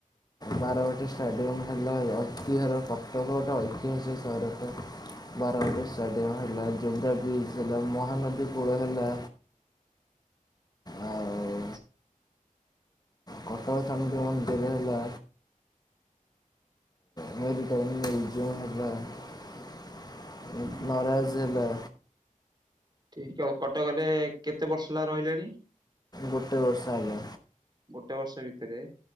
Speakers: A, on the left; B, on the right.
A: ବାରବାଟୀ ଷ୍ଟାଡ଼ିୟମ୍ ହେଲା ଐତିହ୍ୟର କଟକଟା ଐତିହାସିକ ସହରଟା। ବାରବାଟୀ ଷ୍ଟାଡିୟମ ହେଲା, ଯୋବ୍ରା ବିଚ୍ ହେଲା, ମହାନଦୀ କୂଳ ହେଲା ଆଉ
B: ଆଛା।
A: କଟକ ଚଣ୍ଡି ମନ୍ଦିର ହେଲା ମେରି ଟାଇମ ଏଁ ଯୋଉ ହେଲା ଉଁ
B: ହୁଁ
A: ମହାରାଜ ହେଲା।
B: ଠିକି ଆଉ କଟକରେ କେତେ ବର୍ଷ ହେଲା ରହିଲେଣି?
A: ଗୋଟେ ବର୍ଷ ଆଜ୍ଞା।
B: ଗୋଟେ ବର୍ଷ ଭିତରେ